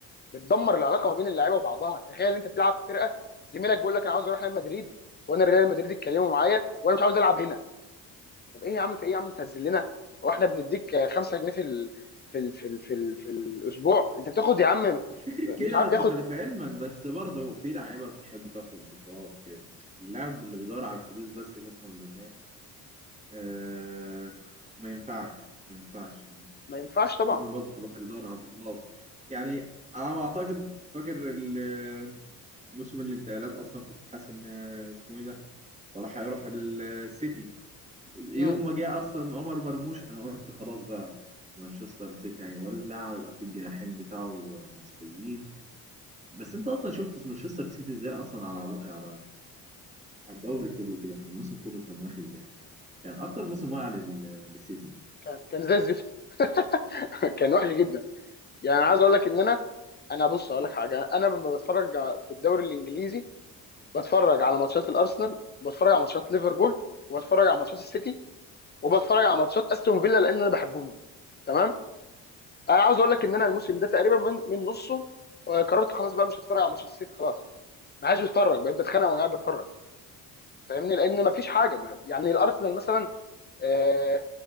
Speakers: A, on the left; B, on the right.
A: بتدمر العلاقه ما بين اللعيبه وبعضها تخيل انت بتلعب في فرقه زميلك بيقول لك انا عاوز اروح ريال مدريد وانا ريال مدريد اتكلموا معايا وانا مش عاوز العب هنا طب ايه يا عم في ايه يا عم تنزل هو احنا بنديك 5 جنيه في ال... في ال... في ال... في, ال... في الاسبوع انت بتاخد يا عم
B: مش فكرة
A: مش
B: كده
A: عارف
B: بس
A: بياخد
B: خلي في علمك بس برضه في لعيبة بتحب تاخد بطولات كده اللاعب اللي بيدور على الفلوس بس قسما بالله آه ما ينفعش ما ينفعش يعني
A: ما ينفعش طبعا
B: لازم برضه كل واحد يدور على البطولات يعني على ما اعتقد فاكر ال- موسم الانتقالات اصلا كنت حاسس ان اسمه ايه ده صلاح هيروح السيتي يوم
A: امم
B: ما جه اصلا عمر مرموش انا قلت خلاص بقى مانشستر سيتي هيولع ويبقى في الجناحين بتاعه مصريين بس انت اصلا شفت مانشستر سيتي ازاي اصلا على على على الدوري كله كده الموسم كله كان ماشي ازاي كان اكتر موسم واقع لل- للسيتي
A: كان كان زي الزفت <laughs> كان وحش جدا يعني انا عايز اقول لك ان انا انا بص اقول لك حاجه انا لما بتفرج في الدوري الانجليزي بتفرج على ماتشات الارسنال وبتفرج على ماتشات ليفربول وبتفرج على ماتشات السيتي وبتفرج على ماتشات استون فيلا لان انا بحبهم تمام انا عاوز اقول لك ان انا الموسم ده تقريبا من من نصه آه، قررت خلاص بقى مش هتفرج على ماتشات السيتي خلاص ما عادش بتفرج بقيت بتخانق وانا قاعد بتفرج فاهمني لان ما فيش حاجه ما يعني الارسنال مثلا آه